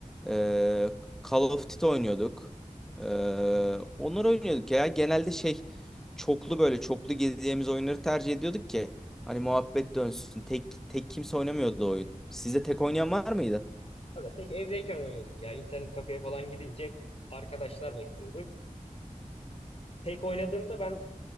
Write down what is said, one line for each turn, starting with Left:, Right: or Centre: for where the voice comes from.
Centre: Ee, Call of Duty oynuyorduk. Ee, onları oynuyorduk ya. Genelde şey çoklu böyle çoklu gezeceğimiz oyunları tercih ediyorduk ki. Hani muhabbet dönsün. Tek tek kimse oynamıyordu o oyun. Sizde tek oynayan var mıydı?
Left: Abi tek evdeyken oynuyorduk ya. İnternet kafeye falan gidince hep arkadaşlarla gidiyorduk. Tek oynadığımda ben